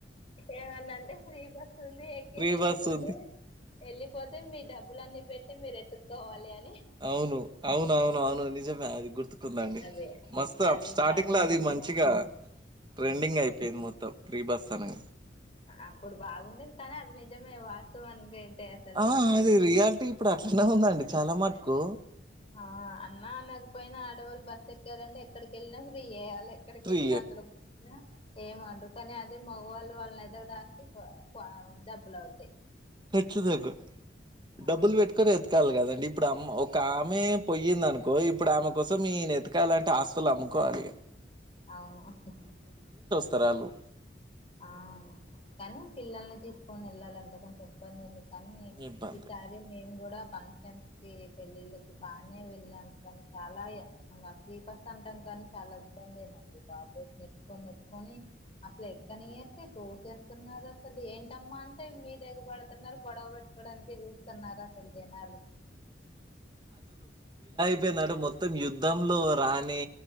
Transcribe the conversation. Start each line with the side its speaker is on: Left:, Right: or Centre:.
Left: ఏమన్నంటే ఫ్రీ బస్ ఉంది ఎక్కేసి
Right: ఫ్రీ
Left: వెళ్లిపోతే
Right: బస్ ఉంది.
Left: వెళ్ళిపోతే మీ డబ్బులన్నిీ పెట్టి మీరు ఎతుక్కోవాలి అని
Right: అవును అవునవును అవును నిజమే అది గుర్తు ందండి
Left: అదే
Right: మస్తు
Left: అది
Right: అప్ స్టార్టింగ్
Left: బాగా
Right: లో
Left: వచ్చింది
Right: అది మంచిగా ట్రెండింగ్
Left: హ్మ్.
Right: అయిపోయింది మొత్తం ప్రీ బస్ అని
Left: అప్పుడు బాగుండేది కానీ అది నిజమే వాస్తవానికి అసలే
Right: ఆ అది రియాలిటీ ఇప్పుడు అట్లనే ఉందండి చాలా మట్టుకు
Left: ఆ అన్నా అనకపోయినా ఆడవాళ్ళు బస్సు ఎక్కారంటే ఎక్కడికి వెళ్ళినా ఫ్రీ య్యాలి ఎక్కడికి
Right: ట్రీ
Left: వెళ్ళినా అందులో కూర్చున్నా ఏమంటారు కానీ అదే మగవాళ్ళు వాళ్ళని అయితే ఎదరడానికి డబ్బులు అవుతయ్
Right: హచత
Left: ఆ
Right: డబ్బుల్ పెట్టుకొని వేతకాలగదండి ఇప్పుడు అమ్మ ఒక ఆమె పొయ్యింది అనుకో ఇప్పుడు ఆమె కోసం ఈన వెెతకాలంటఆస్తులు అమ్ముకోవాలి
Left: అవును
Right: తరాలు
Left: ఆ కానీ పిల్లల్ని తీసుకొని వెళ్లాలంటే కొంచం ఇబ్బంది ఉంది కానీ
Right: ఇబ్బంది
Left: ఈసారి మేము కూడా ప క పెళ్ళిళ్ళకి బానే వెళ్ళాము కానీ చాలా ఇంగ ఫ్రీ బస్ అంటాం కాని చాలా ఇబ్బందెనండి బాబోయి నెట్టుకొని నెట్టుకొని అసలు ఎ కానీ ఎ తోసేస్తున్నారు అసలు ఏంటమ్మా అంటే మీ దగర పడుతున్నారు గొడవ పెట్టుకోడానికి చూ స్థన్నారు అసలు జనాలు
Right: అపోయిందంటే మొత్తం యుద్ధంలో రాని